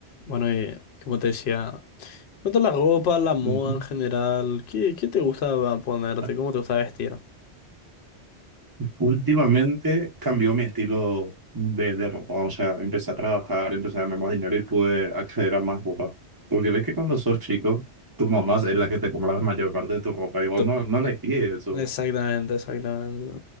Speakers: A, on the left; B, on the right.
A: Bueno, y como te decía, cuanto a la ropa, la moda
B: Ujú.
A: en general, ¿qué, qué te gusta ponerte?
B: Ah,
A: ¿Cómo te gusta vestir?
B: Últimamente cambió mi estilo de, de ropa, o sea, empecé a trabajar, empecé a ganar más dinero y pude acceder a más ropa. Porque ves que cuando sos chico, tu mamá es la que te compra la mayor parte de tu ropa y vos
A: To-
B: no, no elegí eso.
A: Exactamente, exactamente.